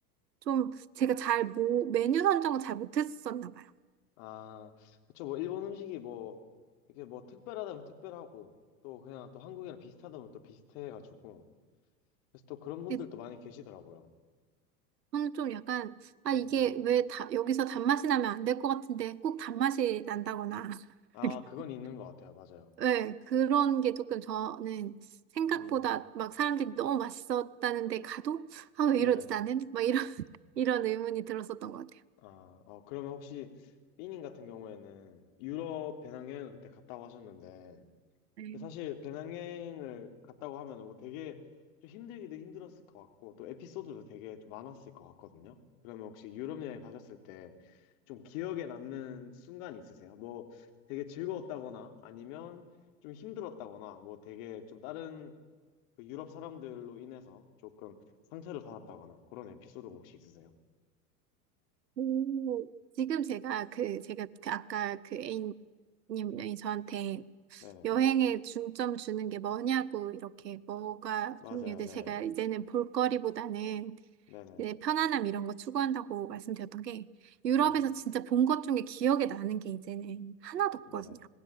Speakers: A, on the right (about 80°); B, on the left (about 55°).
A: 좀 제가 잘 뭐, 메뉴 선정을 잘 못했었나 봐요.
B: 아, 그쵸, 뭐, 일본 음식이 뭐, 이렇게 뭐 특별하다면 특별하고, 또 그냥 또 한국이랑 비슷하다면 또 비슷해가지고, 그래서 또 그런 분들도
A: 예,
B: 많이 계시더라고요.
A: 저는 좀 약간, 아,
B: 네,
A: 이게
B: 네.
A: 왜 다, 여기서 단맛이 나면 안 될 것 같은데 꼭 단맛이 난다거나.
B: 아,
A: <laughs>
B: 그건 있는 것 같아요. 맞아요.
A: 네, 그런 게 조금 저는 생각보다
B: 음,
A: 막 사람들이 너무 맛있었다는데 가도, 아, 왜
B: 네네.
A: 이러지 나는? 막 이런, <laughs> 이런 의문이 들었었던 것 같아요.
B: 아, 어, 그러면 혹시 삐님 같은 경우에는 유럽 배낭여행을 그때 갔다고 하셨는데
A: 네.
B: 그 사실 배낭여행을 갔다고 하면은 뭐 되게 좀 힘들기도 힘들었을 것 같고 또 에피소드도 되게 좀 많았을 것 같거든요. 그러면 혹시 유럽 여행 가셨을 때 좀 기억에 남는 순간 있으세요? 뭐 되게 즐거웠다거나 아니면 좀 힘들었다거나 뭐 되게 좀 다른 그 유럽 사람들로 인해서 조금 상처를 받았다거나 그런 에피소드가 혹시 있으세요?
A: 오, 지금 제가 그, 제가 그 아까 그 A님이 저한테
B: 네네.
A: 여행에 중점 주는 게 뭐냐고 이렇게 뭐가
B: 맞아요.
A: 종류들
B: 네네.
A: 제가 이제는 볼거리보다는
B: 네네,
A: 이제 편안함 이런 거 추구한다고 말씀드렸던 게 유럽에서
B: 네네,
A: 진짜 본 것 중에 기억에 나는 게 이제는 하나도 없거든요.
B: 네네.